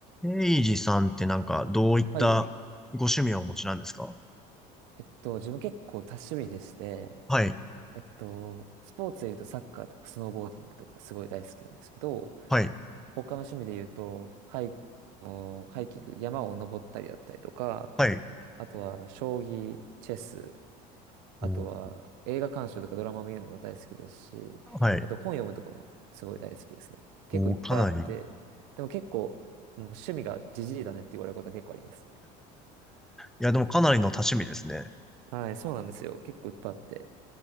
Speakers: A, in the centre; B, on the right.
A: エイジさんってなんかどういったご趣味をお持ちなんですか
B: はい。えっと、自分結構多趣味でして、
A: はい、
B: えっと、スポーツで言うとサッカーとかスノーボーディングとかすごい大好きなんですけど、
A: はい、
B: 他の趣味で言うと、ハイ、ハイキング、山を登ったりだったりとか、
A: はい、
B: あとは将棋、チェス、あとは映画鑑賞とかドラマ見るのも大好きですし、
A: おー、はい、
B: あと本読むとかもすごい大好きですね。結構いっぱいあって、
A: おー、かなり。<laughs>
B: でも結構、もう趣味がじじいだねって言われることは結構あります。
A: いや、でもかなりの多趣味ですね。
B: はい、そうなんですよ。結構いっぱいあって。